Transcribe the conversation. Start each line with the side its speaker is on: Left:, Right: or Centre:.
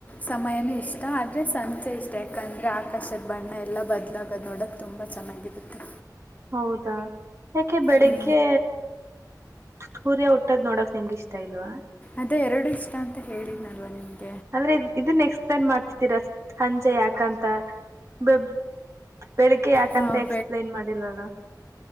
Left: ಸಮಯನೂ ಇಷ್ಟ ಆದ್ರೆ ಸಂಚೆ ಇಷ್ಟ ಯಾಕಂದ್ರೆ ಆಕಾಶದ ಬಣ ಹಣ ಎಲ್ಲ ಬದಲಾಗೋದು ನೋಡೋಕ್ಕೆ ತುಂಬ ಚೆನ್ನಾಗಿರುತ್ತೆ.
Right: ಹೌದಾ ಯಾಕೆ ಬೆಳಿಗ್ಗೆ.
Left: ಹ್ಞೂ
Right: ಸೂರ್ಯ ಹುಟ್ಟದ್ ನೋಡಕ್ ನಿಮ್ಗೆ ಇಷ್ಟ ಇಲ್ವಾ.
Left: ಅದೇ ಎರಡು ಇಷ್ಟ ಅಂತ ಹೇಳಿದ್ನಲ್ವ ನಿಮ್ದ.
Right: ಅಂದ್ರೆ ಇದನ್ ಎಕ್ಸ್ಪ್ಲೇನ್ ಮಾಡ್ತಿದ್ದೀರ ಸಂಜೆ ಯಾಕಂತ. ಬೆ ಬೆಳಿಗ್ಗೆ ಯಾಕಂತ
Left: ಹಾಂ
Right: ಎಕ್ಸ್ಪ್ಲೇನ್ ಮಾಡಿಲ್ವಲ್ಲ